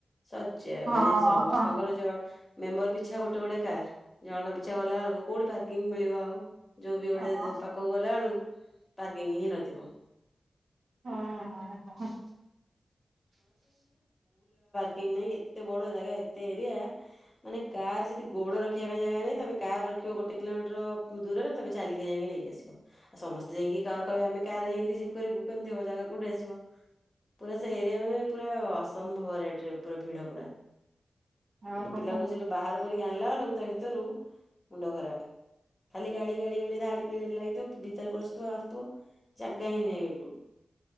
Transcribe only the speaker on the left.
ଶଜ
ମାନେ ସମସ୍ତଙ୍କର
ଯାହା ମେମ୍ବର ପିଛା ଗୋଟେ ଗୋଟେ କାର୍। ଜଣଙ୍କ ପିଛା ଗଲା ବେଳକୁ କୋଉଠି ପାର୍କିଂ ମିଳିବ ଆଉ। ଯୋଉ ବି ଗୋଟେ
ପାଖକୁ ଗଲା ବେଳକୁ ପାର୍କିଂ ହିଁ ନଥିବ।
ନାଇଁ ଏତେ ବଡ ଜାଗା ଏତେ ଏରିଆ। ମାନେ କାର ସେଠି ଗୋଡ ରଖିବା ପାଇଁ ଜାଗା ନାଇଁ। ତମେ କାର ରଖିବ ଗୋଟେ କିଲୋମିଟର ଦୂରରେ ତମେ ଚାଲି ଯାଇକି ନେଇକି ଆସିିବ। ଆଉ ସମସ୍ତେ ଯାଇକି କହେ ଆମେ କା ଯାଇକି ରିସିଭ କରିବୁ। କେମିତି ହବ ଜାଗା କୋଉଠି ଆସିବ। ପୁରା ସେ ଏରିଆ ମାନେ ପୁରା ଅସମ୍ଭବ ରେଟ୍ ରେ ପୁରା ଭିଡ ପୁରା।
ଗୋଟେ ପିଲାକୁ ସେଠୁ ବାହାର କରିକି ଆଣିଲା ବେଳକୁ ତା ଭିତରୁ ମୁଣ୍ଡ ଖରାପ। ଖାଲି ଗାଡି ଗାଡି ଗାଡି ଧାଡି ଲାଗିଥିବ ଭିତରେ ଗସ୍ତୁ ଆସୁଥିବ ଜାଗା ହିଁ ନାହିଁ। <unintelligible>